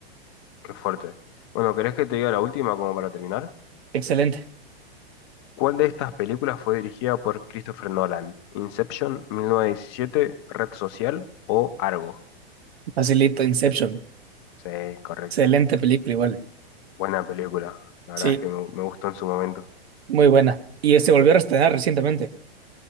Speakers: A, on the left; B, on the right.
A: qué fuerte. Bueno, ¿querés que te diga la última como para terminar?
B: Excelente.
A: ¿Cuál de estas películas fue dirigida por Christopher Nolan? ¿Inception, 1917, Red Social o Argo?
B: Facilito, Inception.
A: Sí, correcto.
B: Excelente película igual.
A: Buena película. La
B: Sí,
A: verdad es que me, me gustó en su momento.
B: muy buena. Y se volvió a estrenar recientemente.